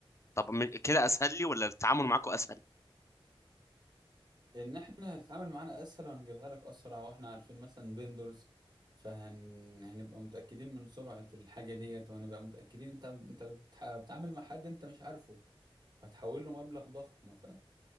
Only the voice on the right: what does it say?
ان احنا هتتعامل معانا اسهل وهنجيبها لك اسرع واحنا عارفين مثلا فيندورز فهن هنبقى متاكدين من سرعه الحاجه ديت وهنبقى متاكدين انت انت بتح- بتتعامل مع حد انت مش عارفه وهتحول له مبلغ ضخم ف...